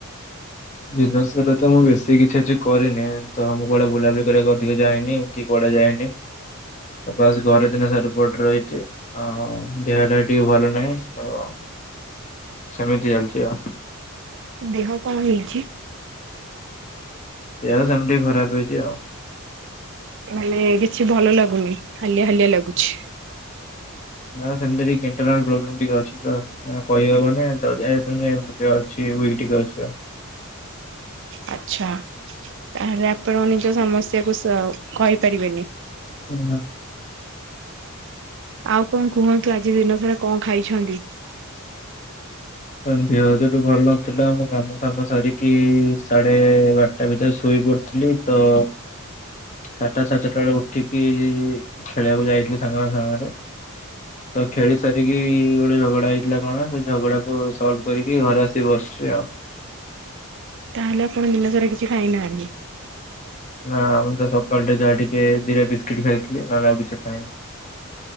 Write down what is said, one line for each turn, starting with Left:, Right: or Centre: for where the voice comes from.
Left: ଦିନସାରା ତ ମୁଁ ବେଶୀ କିଛି ଆଜି କରିନି ତ ମୁଁ କୁଆଡେ ବୁଲାବୁଲି କରିଆକୁ ଅଧିକ ଯାଏନି। କି କୁଆଡେ ଯାଏନି ତ ବାସ୍ ଘରେ ଦିନସାରା ପଡିରହିଚି। ହଁ ଦେହଟା ଟିକେ ଭଲ ନାଇଁ ତ ସେମିତି ଚାଲିଚି ଆଉ।
Right: ଦେହ କଣ ହେଇଛି?
Left: ଦେହ ସେମତି ଖରାପ ହେଇଚି ଆଉ।
Right: ମାନେ କିଛି ଭଲ ଲାଗୁନି ହାଲିଆ ହାଲିଆ ଲାଗୁଛି।
Left: ନାଁ ସେମିତି ଟିକେ ଇଣ୍ଟରନାଲ ପ୍ରୋବ୍ଲେମ ଟିକେ ଅଛି ତ। କହିହବନି ତ <unintelligible> ଅଛି ୱିକ୍ ଟିକେ ଅଛି ଆଉ
Right: ଆଚ୍ଛା ତାହେଲେ ଆପଣ ନିଜ ସମସ୍ୟାକୁ ସା କହିପାରିବେନି।
Left: ନା
Right: ଆଉ କଣ କୁହନ୍ତୁ ଆଜି ଦିନସାରା କଣ ଖାଇଛନ୍ତି?
Left: ତ ଦେହ ହରିକା ଭଲ ନଥିଲା ଆମ କାମ ସାମ ସାରିକି ସାଡେ ବାରଟା ଭିତରେ ଶୋଇ ପଡିଥିଲି। ତ ଚାରିଟା ସାଡେଚାରିଟା ବେଳେ ଉଠିକି ଖେଳିଆକୁ ଯାଇଥିଲି ସାଙ୍ଗମାନ ସାଙ୍ଗରେ। ତ ଖେଳିସାରିକି ଗୋଟେ ଝଗଡା ହେଇଥିଲା କଣ ସେ ଝଗଡା କୁ ସଲ୍ଫ କରିକି ଘରେ ଆସିି ବସଛି ଆଉ।
Right: ତାହେଲେ ଆପଣ ଦିନସାରା କିଛି ଖାଇନାହାଁନ୍ତି।
Left: ନା ମୁଁ ତ ସକାଳେ ଟି ଯାହା ଟିକେ ଦିଟା ବିସ୍କିଟ୍ ଖାଇଥିଲି ନହେଲେ ଆଉ କିଛି ଖାଇନି।